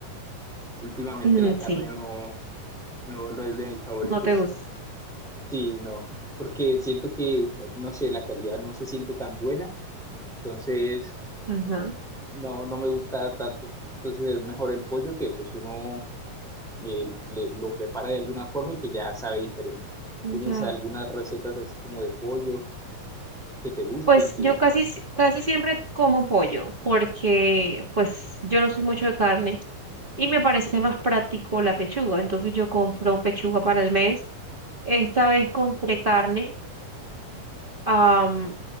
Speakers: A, in the centre; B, on the right.
A: Últimamente
B: Mm,
A: la carne
B: sí,
A: no, no, no es de mis favoritos.
B: no te gusta.
A: Sí, no, porque siento que, no sé, la calidad no se siente tan buena. Entonces
B: Ajá,
A: no, no me gusta tanto. Entonces es mejor el pollo que pues uno le le- lo prepara de alguna forma y pues ya sabe diferente. ¿Tienes
B: ya.
A: algunas recetas así como de pollo que te gusten?
B: Pues
A: Que,
B: yo casi, si- casi siempre como pollo, porque pues yo no soy mucho de carne y me parece más práctico la pechuga. Entonces yo compro pechuga para el mes. Esta vez compré carne, am,